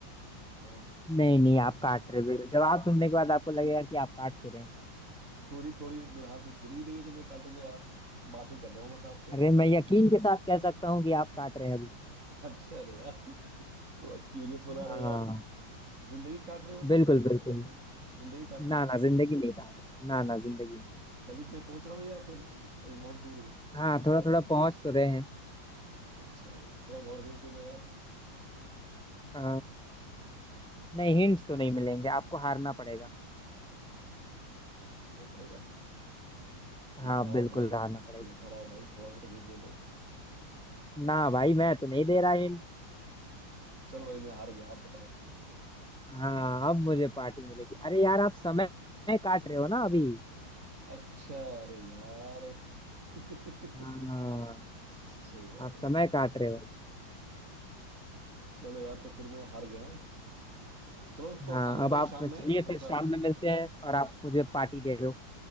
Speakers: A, on the right; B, in the centre.
A: अ,
B: नहीं नहीं आप काट रहे हैं जवाब सुनने
A: भाई,
B: के बाद आपको लगेगा
A: छु,
B: कि आप काट तो रहे हैं
A: छुरी थोड़ी मेरे हाथ में छुरी ही नहीं है जो मैं काटूंगा यार बात ही कर रहा हूँ बस आपसे
B: अरे मैं यकीन के साथ कह सकता हूँ कि आप काट रहे हैं अभी
A: अच्छा अरे यार तो क्यूरियस बना रहे
B: हाँ
A: हो यार जिंदगी काट रहे हो तो
B: बिल्कुल
A: नहीं है
B: बिल्कुल
A: जिन- जिंदगी काटना
B: ना ना जिंदगी नहीं काट रहे ना ना जिंदगी नहीं
A: करीब में पहुंच रहा हूँ या फिर अभी बहुत दूर हूँ
B: हाँ थोड़ा थोड़ा पहुंच तो रहे हैं
A: अच्छा थोड़ा सा और हिंस दे दो यार
B: आ, नहीं हिंट्स तो नहीं मिलेंगे आपको हारना पड़ेगा
A: खाना पड़ेगा मत
B: हाँ
A: हारो
B: बिल्कुल
A: भाई
B: हारना पड़ेगा
A: मत हराओ भाई थोड़ा सा तो हिंस दे दो
B: ना भाई मैं तो नहीं दे रहा हिंट
A: चलो भाई मैं हार गया आप बताओ
B: हाँ अब मुझे पार्टी मिलेगी अरे यार आप समय काट रहे हो ना अभी
A: अच्छा अरे यार <laughs>
B: हाँ
A: सही बात
B: आप समय
A: है
B: काट रहे हो
A: चलो यार तो फिर मैं हार गया हैं। चलो तो
B: हाँ
A: आना
B: अब
A: भाई
B: आप
A: शाम में
B: चलिए
A: थोड़ा
B: फिर शाम में मिलते हैं और आप
A: सा
B: मुझे पार्टी दे दो